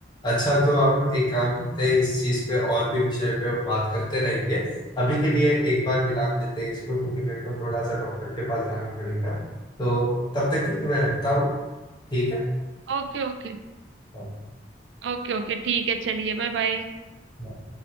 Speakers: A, on the left; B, on the right.
A: अच्छा तो हम एक काम करते हैं इस चीज पे और भी विषय पे बात करते रहेंगे अभी के लिए एक बार विराम देते हैं इसको क्योंकि मेरे को थोड़ा सा डॉक्टर के पास जाना पड़ेगा तो तब तक के लिए मैं रखता हूँ ठीक है
B: Okay okay
A: हाँ,
B: ओके ओके ठीक है चलिए बाय बाय
A: बाय।